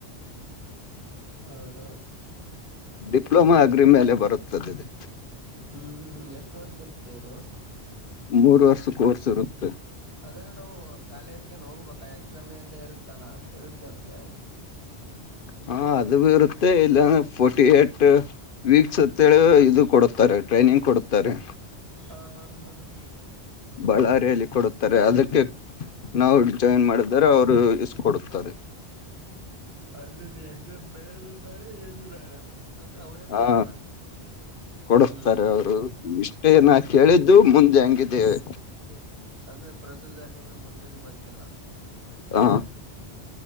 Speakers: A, on the right; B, on the left.
A: ಹೌದಾ
B: ಡಿಪ್ಲೊಮಾ ಅಗ್ರಿ ಮೇಲೆ ಬರುತ್ತದೆ ಇದೆ
A: ಹ್ಮ್ ಎಷ್ಟು ವರ್ಷ ಇರುತ್ತೆ ಇದು
B: ಮೂರು ವರ್ಷಕ್ಕೆೋರ್ಸ್ ಇರುತ್ತೆ
A: ಅಂದ್ರೆ ನಾವು ಕಾಲೇಜ್ಗನ್ ಹೋಗ್ಬೇಕಾ ಎಕ್ಸಾಮ್ ಏನ್ ಇರುತ್ತಲ್ಲಾ ಇರುತ್ತೆ ಅದಕ್ಕೆ
B: ಹ ಅದು ಬಿ ಇರುತ್ತೆ ಇಲ್ಲಂದ ಫೋರ್ಟಿ ಏಟ್ ವೀಕ್ಸ್ ಅಂತೇಳಿ ಇದು ಕೊಡುತ್ತೆ ಟ್ರೈನಿಂಗ್ ಕೊಡುತ್ತಾರೆ
A: ಹಾ ಹಾ ಹಾ ಹಾ
B: ಬಳ್ಳಾರಿಯಲ್ಲಿ ಕೊಡುತ್ತಾರೆ ಅದಕ್ಕೆ ನಾವು ಜಾಯಿನ್ ಮಾಡಿದರೆ ಅವರು ಕೊಡುತ್ತಾರೆ
A: ಅಂದ್ರೆ ನೀ ಎಕ್ಸಾಮ್ ಬರದ್ೂ ಬೇಡ ಏನ್ೂ ಬೇಡ ಅಂತ ಅವರೇ
B: ಹಾ
A: ಕೊಡ್ತಾರ
B: ಕೊಡಸ್ತಾರೆ
A: ಹ್ಮ್ ಹ್ಮ್
B: ಅವರು
A: ಹ್ಮ್
B: ಇಷ್ಟೇನ ಕೇಳಿದ್ದು ಮುಂದೆ ಹಂಗಿದ್ದೇವೆ
A: ಅಂದ್ರೆ ಪ್ರಸೂತ್ ಸರ್ ನಿಮ್ಗೆ ಮುಂದೆಿಂದ ಗೊತ್ತಿಲ್ಲ
B: ಹ